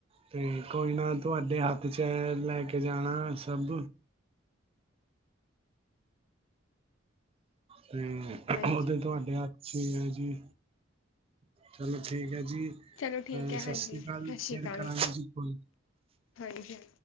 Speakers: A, on the right; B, on the left.
A: ਤੇ ਕੋਈ ਨਾ, ਤੁਹਾਡੇ ਹੱਥ'ਚ ਲੈਕੇ ਜਾਣਾ ਸਭ। ਤੇ, ਉਹ
B: ਹਾਂਜੀ
A: ਤੇ ਤੁਹਾਡੇ ਹੱਥ ਠੀਕ ਹੈ ਜੀ, ਚਲੋ ਠੀਕ ਹੈ ਜੀ। ਅ
B: ਚਲੋ ਠੀਕ ਹੈ
A: ਸਤਿ
B: ਹਾਂਜੀ
A: ਸ੍ਰੀ
B: ਸਤਿ
A: ਅਕਾਲ
B: ਸ਼੍ਰੀ
A: ਫਿਰ
B: ਅਕਾਲ
A: ਕਰਾਂਗੇ ਜੀ ਕੋਈ ਨਈ।
B: ਹਾਂਜੀ ਹਾਂ।